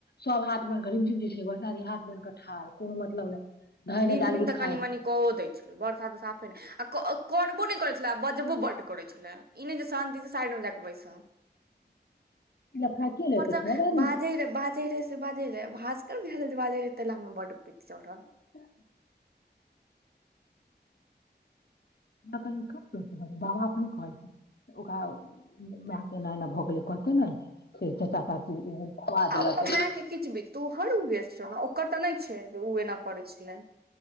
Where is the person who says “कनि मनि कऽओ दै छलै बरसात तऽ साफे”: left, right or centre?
Right